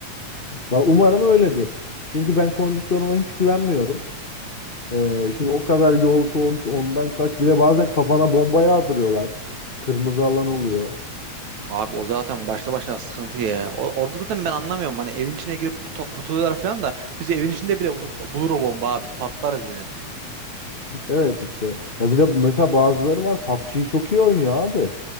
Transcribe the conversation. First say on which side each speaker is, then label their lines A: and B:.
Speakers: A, on the left; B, on the right.
A: ba- umarım öyledir. Çünkü ben kondisyonuma hiç güvenmiyorum. Ee, şimdi o kadar yol koş, ondan kaç. Bir de bazen kafana bomba yağdırıyorlar. Kırmızı alan oluyor.
B: Abi o zaten başta başına sıkıntı ya. O- orada zaten ben anlamıyorum. Hani evin içine girip kurtul- kurtuluyorlar falan da biz evin içinde bile bu- bulur o bomba. abi. Biz patlarız yine.
A: Evet işte. Ya bir de mesela bazıları var PUBG'yi çok iyi oynuyor abi.